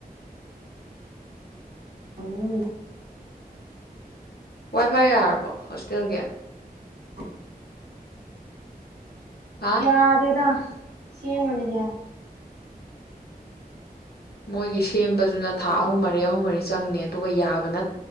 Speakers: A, on the right (about 75°); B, on the left (about 80°).
A: ꯎꯝ
B: ꯋꯥꯏ ꯐꯥꯏ ꯌꯥꯔꯕꯣ ꯍꯣꯁꯇꯦꯜꯒꯤ
A: ꯎꯝ
B: ꯍꯥ
A: ꯌꯥꯗꯦꯗ ꯁꯦꯝꯃꯅꯤꯗꯤ ꯍꯥꯏ
B: ꯃꯣꯏꯒꯤ ꯁꯦꯝꯕꯕꯁꯤꯅ ꯊꯥ ꯑꯍꯨꯝ ꯃꯔꯤ ꯑꯍꯨꯝ ꯃꯔꯤ ꯆꯪꯅꯤ ꯑꯗꯨꯒ ꯌꯥꯕꯅ